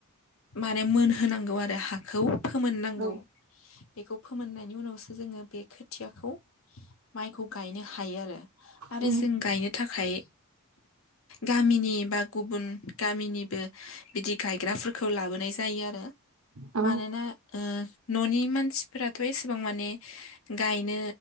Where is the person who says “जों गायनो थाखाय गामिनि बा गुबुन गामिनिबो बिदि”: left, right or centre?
Left